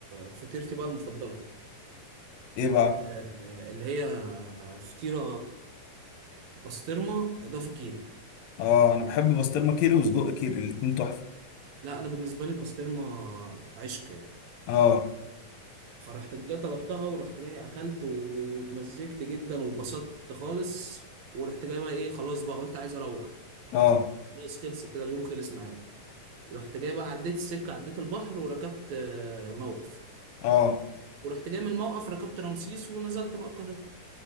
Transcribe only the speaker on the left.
ايه بقى؟
اه انا بحب بسطرمة كيري وسجق كيري الاتنين تحفة
اه
اه
اه